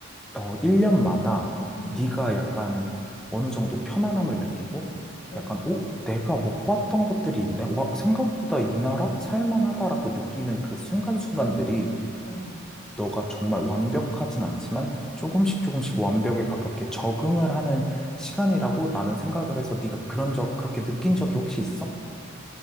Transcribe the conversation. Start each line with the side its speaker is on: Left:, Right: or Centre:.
Centre: 어, 1년마다
Left: 응,
Centre: 네가 약간 어느 정도 편안함을 느끼고,
Left: 어,
Centre: 약간, 오, 내가 못 봤던 것들이 있네. 와, 생각보다 이 나라 살만하다라고 느끼는 그 순간순간들이
Left: 어.
Centre: 너가 정말 완벽하진 않지만 조금씩 조금씩 완벽에 가깝게 적응을 하는 시간이라고 나는 생각을 해서 네가 그런 적, 그렇게 느낀 적이 혹시 있어?